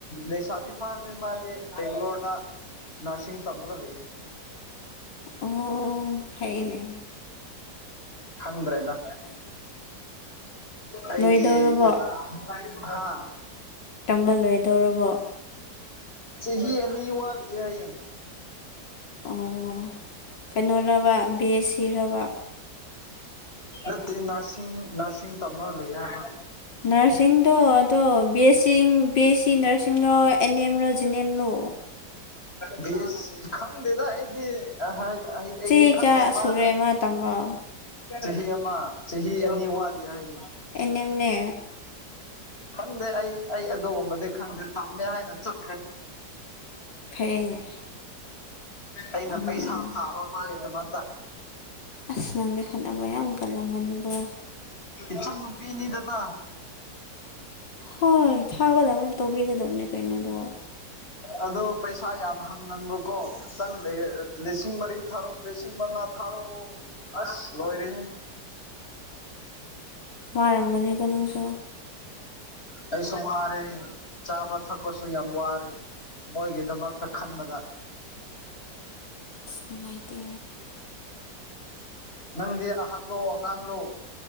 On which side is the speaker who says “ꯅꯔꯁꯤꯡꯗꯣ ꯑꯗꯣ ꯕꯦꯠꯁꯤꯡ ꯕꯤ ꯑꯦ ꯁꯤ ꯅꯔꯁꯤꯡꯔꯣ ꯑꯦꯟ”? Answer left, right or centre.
Left